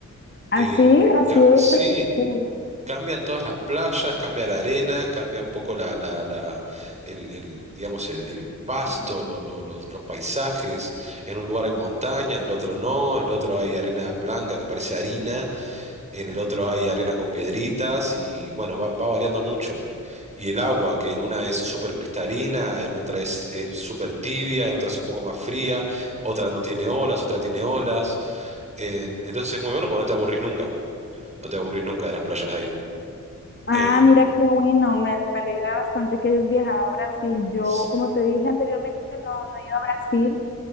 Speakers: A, on the left; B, on the right.
A: Así,
B: Eh,
A: así
B: cam-
A: de
B: sí,
A: diferente. Uh,
B: cambian todas las playas, cambia la arena, cambia un poco la, la, la- el, el, digamos, el, el pasto, lo- lo- los, los paisajes. En un lugar hay montaña, en el otro no, en el otro hay arena blanca que parece harina en el otro hay arena con piedritas y bueno, va, va variando mucho. Y el agua, que en una es súper cristalina, en otra es, es súper tibia, en otra es un poco más fría, otra no tiene olas, otra tiene olas. Eh, entonces es muy bueno porque no te aburrís nunca, no te aburrís nunca de las playas de ahí.
A: Ah,
B: Eh,
A: mira qué bueno, me, me alegra bastante que hayas viajado a Brasil. Yo,
B: sí.
A: como te dije anteriormente, no he ido a Brasil,